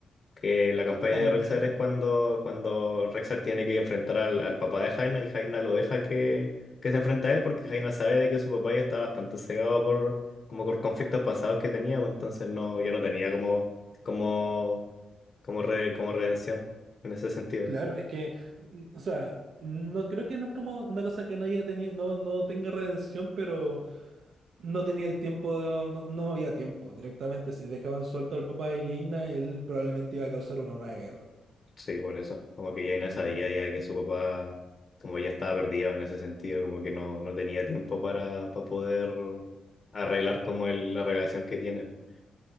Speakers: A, on the left; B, on the right.
A: que la campaña
B: También,
A: de Rexar es cuando, cuando Rexar tiene que enfrentar al, al papá de Jaina y Jaina lo deja que, que se enfrenta a él porque Jaina sabe de que su papá ya está bastante cegado por como por conflictos pasados que tenía, pues entonces no, ya no tenía como como como, re- como redención en ese sentido.
B: claro, es que, mm, o sea, no creo que no es como una cosa que no haya tenido, no, no tenga redención, pero... No tenía el tiempo, no, no había tiempo. Directamente, si dejaban suelto al papá de Jaina, él probablemente iba a causar una, una guerra.
A: Sí, por eso. Como que ya Inés sabía ya que su papá, como ya estaba perdido en ese sentido, como que no, no tenía tiempo para, para poder arreglar como el, la relación que tienen.